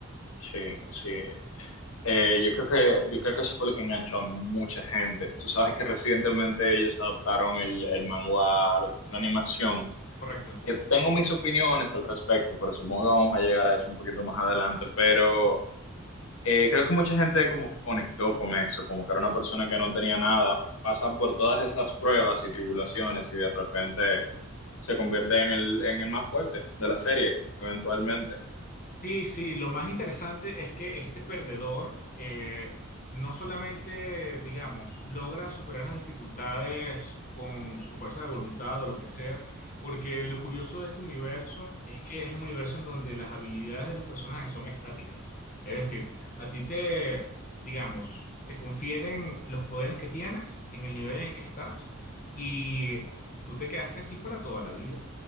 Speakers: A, on the left; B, on the left.
A: Sí, sí. Eh, yo creo que, yo creo que eso fue lo que enganchó a mucha gente. Tú sabes que recientemente ellos adaptaron el, el manga a lo que fue la animación.
B: Correcto.
A: Que tengo mis opiniones al respecto, pero supongo que vamos a llegar a eso un poquito más adelante. Pero eh, creo que mucha gente como que conectó con eso, como que era una persona que no tenía nada, pasa por todas estas pruebas y tribulaciones y de repente se convierte en el, en el más fuerte de la serie, eventualmente.
B: Sí, sí, lo más interesante es que este perdedor eh, no solamente, digamos, logra superar las dificultades con su fuerza de voluntad o lo que sea, porque lo curioso de ese universo es que es un universo en donde las habilidades de los personajes son estáticas. Es decir, a ti te, digamos, te confieren los poderes que tienes en el nivel en el que estás y tú te quedaste así para toda la vida.